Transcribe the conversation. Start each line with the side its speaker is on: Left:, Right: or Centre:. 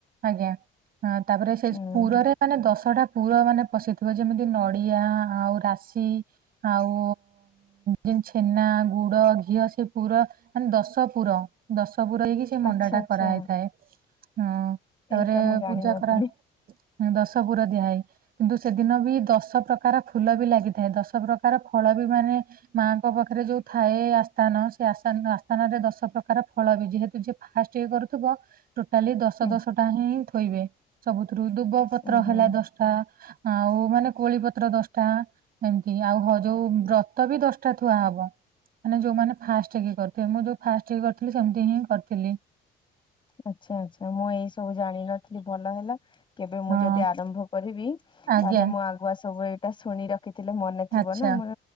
Right: ଆଜ୍ଞା ହଁ ତାପରେ ସେ
Left: ହୁଁ
Right: ପୁରରେ, ମାନେ ଦଶଟା ପୁର ମାନେ ପଶିଥିବ। ଯେମିତି ନଡିଆ ଆଉ ରାଶି ଆଉ ଯେନ୍ତି ଛେନା, ଗୁଡ଼, ଘିଅ ସେ ପୁରା ମାନ ଦଶପୁର, ଦଶପୁର ହେଇକି ସେ ମଣ୍ଡାଟା
Left: ଆଚ୍ଛା ଆଚ୍ଛା।
Right: କରାହେଇଥାଏ। ହଁ ତାପରେ
Left: ଏଇଟା ମୁଁ ଜାଣିନଥିଲି
Right: ପୂଜା କରା ଦଶ ପୁର ଦିଆହଇ, କିନ୍ତୁ ସେଦିନ ବି ଦଶ ପ୍ରକାର ଫୁଲ ବି ଲାଗିଥାଏ। ଦଶ ପ୍ରକାର ଫଳ ବି ମାନେ ମାଙ୍କ ପାଖରେ ଯୋଉ ଥାଏ, ଆସ୍ଥାନ ସେ ଆସ୍ଥା ତାଙ୍କ ଆସ୍ଥାନରେ ଦଶ ପ୍ରକାର ଫଳ ବି, ଯେହେତୁ ଯିଏ ଫାଷ୍ଟ ଇଏ କରୁଥିବ। ଟୋଟାଲି ଦଶ
Left: ହୁଁ
Right: ଦଶଟା ହିଁ ଥୋଇବେ, ସବୁଥିରୁ ଦୁବ ପତ୍ର
Left: ଉଁ
Right: ହେଲା
Left: ହୁଁ।
Right: ଦଶଟା। ଆଉ ମାନେ କୋଳି ପତ୍ର ଦଶ ଟା ଏମିତି ଆଉ ହ ଯୋଉ ବ୍ରତ ବି ଦଶଟା ଥୁଆ ହବ। ମାନେ ଯୋଉମାନେ ଫାଷ୍ଟ ଇଏ କରିଥିବେ, ମୁଁ ଯୋଉ ଫାଷ୍ଟ ଇଏ କରିଥିଲି ସେମିତି ହିଁ କରିଥିଲି।
Left: ଆଚ୍ଛା ଆଚ୍ଛା ମୁଁ ଏଇ ସବୁ ଜାଣିନଥିଲି, ଭଲ ହେଲା କେବେ ମୁଁ
Right: ହଁ
Left: ଯଦି ଆରମ୍ଭ କରିବି,
Right: ଆଜ୍ଞା
Left: ତାହେଲେ ମୁଁ ଆଗୁଆ ସବୁ ଏଇଟା ଶୁଣି ରଖ ରଖିଥିଲେ ମନେ ଥିବ
Right: ଆଚ୍ଛା
Left: ନା। ମ